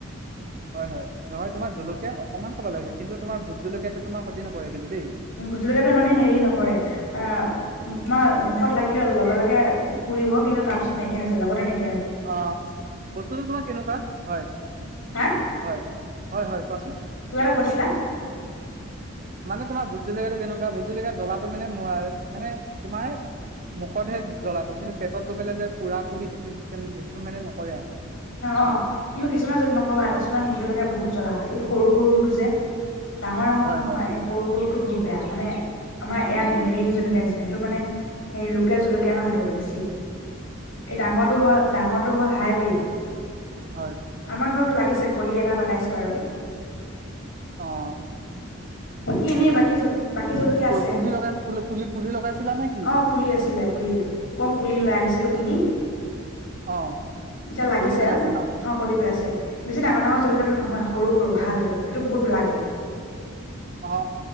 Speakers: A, on the right; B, on the left.
A: হয়- হয় -নহয় তোমাৰ জলকীয়া অক, অণমান খাব লাগে কিন্তু তোমাৰ ভোট জলকীয়াতো তোমাৰ ক্ষতি নকৰে। কিন্তু দেই।
B: ভোটজলকিয়াতো মানে হেৰি নকৰে আহ', তোমাৰ মুখত লাগিলে লগে- লগে, পুৰিব কিন্তু তাৰপিছত নাইকিয়া হৈ যায় লগতে নাই,
A: অ', বস্তুটো তোমাৰ কেনেকুৱা হয়',
B: হা
A: -হয় ', -হয়', হয়, কোৱাচোন
B: কিবা এটা কৈছিলা
A: মানে তোমাৰ বুজি, ভোটজলকীয়াতো কেনেকুৱা ভুট জলকীয়া জ্বলাটো মানে ম, তুমাৰ মুখতহে জ্বলাটো কিন্তু পেটত গৈ পেলাই যে পুৰা -পুৰি সেইটো চিষ্টে, <unintelligible> অসুবিধা
B: অ', কিন্তু কিছুমান যদি নকবা
A: হয়
B: কিছুমান ভুটজলকীয়া বহুত জ্বলা হয় এই সৰু -সৰুটো যে, ডাঙৰ- ডাঙৰটো
A: হয়
B: নহয়,
A: হয়
B: এই সৰু - সৰু, সেতু বহুত বেয়া মানে আমাৰ এয়া হেৰি জলকীয়া নিচিনা সেইটো মানে হেৰি লোকেল জলকীয়া ন', সেইটো বেছি এই ডাঙৰটো হয় ডাঙৰ হয়। হাইব্ৰিড।
A: হয়
B: আমাৰ ঘৰতো লাগ, দিছে কলি এটা পেলাইছে বাৰু।
A: অহ ',
B: বাকী এনেই বাকী, বাকী জলকীয়া আছে
A: পুলি লগাই পুলি পুলি লগাইছিলা নে কি
B: অ', পুলি আছিলে পুলি প পুলি লৈ আনিছিলো
A: অ
B: কিনি।
A: অ
B: এতিয়া লাগিছে
A: কলি পেলাইছে ন
B: অ', কলি পেলাইছে বেছি ডাঙৰ -ডাঙৰ জলকীয়াটো
A: অ
B: নহয় সৰু- -সৰু ভাল আৰু। এইটো বহুত লাগে।
A: অ',